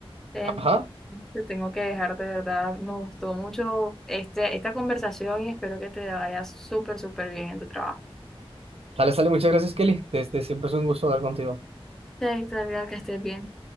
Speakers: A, in the centre; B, on the right.
A: Entonces,
B: Ajá,
A: te tengo que dejar de verdad. Me gustó mucho este, esta conversación y espero que te vaya súper, súper bien en tu trabajo.
B: sale, sale, muchas gracias, Kelly. este siempre es un gusto hablar contigo.
A: Chaito, Edgar, que estés bien.